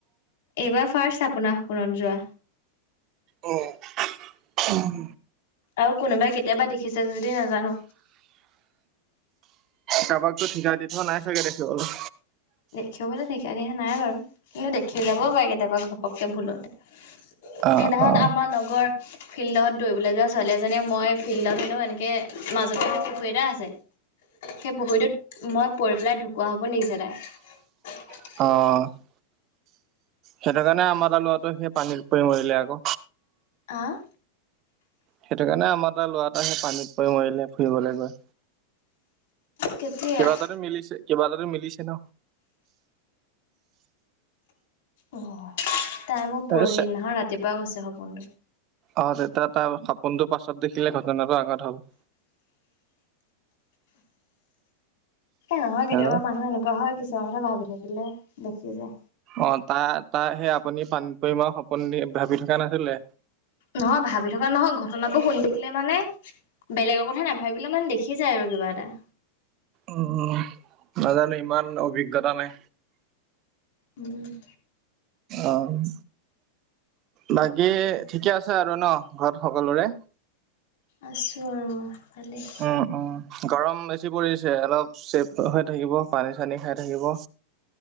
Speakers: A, on the left; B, on the right.
A: এইবাৰ ফাৰ্ষ্ট আপোনাৰ সপোনত যোৱা।
B: উম উম
A: আৰু কোনোবাই কেতিয়াবা দেখিছে যদি নাজানো।
B: কাৰোবাকো ঠিকাই দি থোৱা নাই চাগে দেখিবলে
A: দেখিবলৈ ঠিকা দিয়া নাই বাৰু কিন্তু দেখি যাবও পাৰে কেতিয়াবা ঘপকে ভুলতে, সেইদিনাখন
B: অ', অ',
A: আমাৰ লগৰ ফিল্ডত দৌৰিবলৈ যোৱা ছোৱালী এজনীয়ে মই ফিল্ডত হেনো এনেকে মাজতে পুখুৰী এটা আছে সেই পুখুৰীটোত মই পৰি পেলাই ঢুকুৱা সপোন দেখিছে তাই,
B: অ সেইটো কাৰণে আমাৰ লৰাটো সেই পানীত মৰিলে আক।
A: আহ
B: সেইটো কাৰণে আমাৰ এটা লৰা এটা সেই পানীত পৰি মাৰিলে ফুৰিবলৈ গৈ।
A: কেতিয়া
B: কিবা এটা তো মিলিছে কিবা এটা মিলিছে ন
A: অ তাই মোক পৰহি
B: এই চে
A: দিনা খন ৰাতিপুৱা কৈছে সপোনটো
B: অ' তেতিয়া তাৰ সপোনটো পাছত দেখিলে ঘটনাটো আগত হ'ল।
A: নহয় কেতিয়াবা
B: হেল্ল'
A: মানুহ এনেকুৱা হয় কিছুমান কথা ভাবি থাকিলে দেখি যায়।
B: অ' তাই তাই সেই আপুনি পানীত পৰি মৰি সপোন ভাবি থকা নাছিলে।
A: নহয় ভাবি থকা নহয় ঘটনাবোৰ শুনি থাকিলে মানে বেলেগৰ কথা নাভাবিলে মানে দেখি যায় আৰু কিবা এটা,
B: উম নাজানো ইমান অভিজ্ঞতা নাই।
A: উম
B: অ' বাকী ঠিকে আছে আৰু ন ঘৰত সকলোৰে।
A: আছোঁ আৰু ভালেই।
B: উম উম গৰম বেছি পৰিছে অলপ চেফ হৈ থাকিব পানী চানী খাই থাকিব।